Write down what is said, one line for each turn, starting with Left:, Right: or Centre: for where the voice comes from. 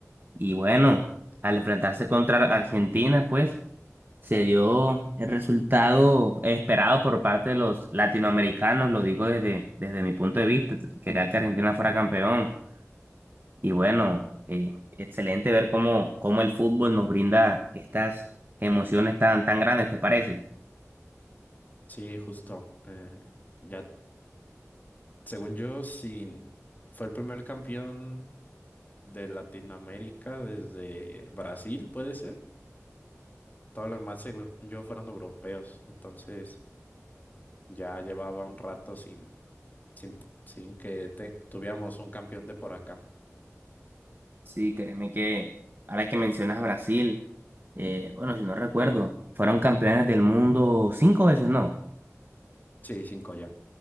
Right: Y bueno, al enfrentarse contra Argentina, pues se dio el resultado esperado por parte de los latinoamericanos, lo digo desde, desde mi punto de vista, quería que Argentina fuera campeón y bueno, eh, excelente ver cómo, cómo el fútbol nos brinda estas emociones tan, tan grandes, ¿te parece?
Left: Sí, justo. eh, ya, según yo, sí, fue el primer campeón de Latinoamérica desde Brasil, puede ser. Todo lo demás, según yo, fueron europeos. Entonces, ya llevaba un rato sin, sin, sin que te- tuviéramos un campeón de por acá.
Right: Sí, créeme que ahora que mencionas a Brasil, eh, bueno, si no recuerdo, fueron campeones del mundo cinco veces, ¿no?
Left: Sí, cinco ya.